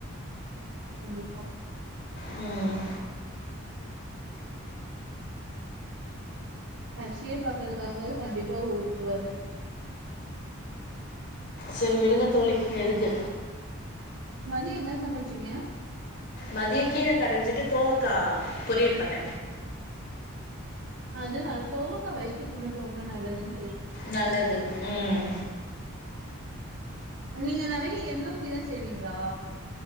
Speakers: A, on the right; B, on the left.
A: கண்டிப்பா
B: ம்
A: ஹர்சிய பாக்கறதுக்காகவாது கண்டிப்பா ஊருக்கு வர்ணு
B: செரி விடுங்க தோழி எதுக்கு
A: மதியோ என்ன சமச்சீங்க
B: மதியோ கீர கடஞ்சிட்டு கோவக்கா பொரியல் பண்ண
A: அது அது கோவக்கா வயித்து புண்ணுக்கு ரொம்ப நல்லதுன்
B: நல்லது ம்
A: நீங்க நெறய எண்ணெ ஊத்திதா செய்வீங்ளா